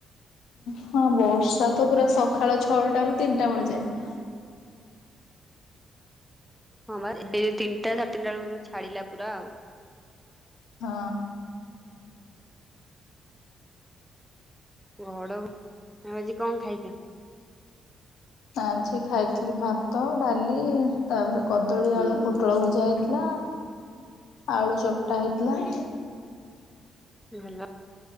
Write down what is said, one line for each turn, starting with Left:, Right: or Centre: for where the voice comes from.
Left: ହଁ ବର୍ଷା ତ ପୁରା ସକାଳ ଛଅଟ ର ତିନିଟା ବେଳ ଯାଏ।
Centre: ହଁ ବା ଏବେ ତିନିଟା ସାଢେତିନିଟା ବେଳକୁରେ ଛାଡିଲା ପା ଆଉ
Left: ହଁ।
Centre: ଘଡ ଆ ଆଜି କଣ ଖାଇଛ?
Left: ଆଜି ଖାଇଥିଲି ଭାତ ଡାଲି ତାପରେ କଦଳୀ ଆଳୁ ପୋଟଳ ଭଜା ହେଇଥିଲା। ଆଳୁ ଚକଟା ହେଇଥିଲା।
Centre: ଭଲ।